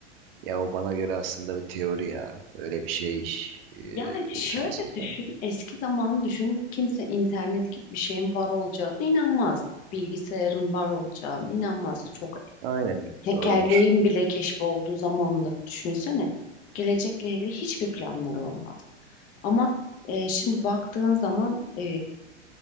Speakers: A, on the right; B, on the left.
A: ya o bana göre aslında bir teori ya. Öyle bir şey e,
B: Yani şöyle
A: imkansız
B: düşün.
A: bence.
B: Eski zaman düşün. Kimse internet gibi bir şeyin var olacağına inanmaz. Bilgisayarın var olacağına inanmaz. Çok
A: Aynen
B: Tekerleğin
A: doğrudur.
B: bile keşfi olduğu zamanları düşünsene. Gelecekle ilgili hiçbir planları olmaz. Ama e, şimdi baktığın zaman e,